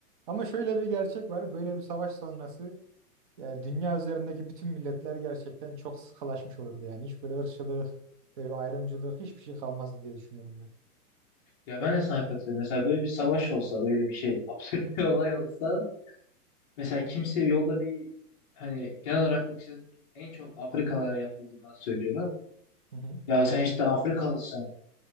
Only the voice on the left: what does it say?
Ya ben de sana katılıyorum. Mesela böyle bir savaş olsa, böyle bir şey <laughs> absürt bir olay olsa. Mesela kimse yolda bir hani genel olarak ırkçılık en çok Afrikalara yapıldığından söylüyorum.
Ya sen işte Afrikalısın.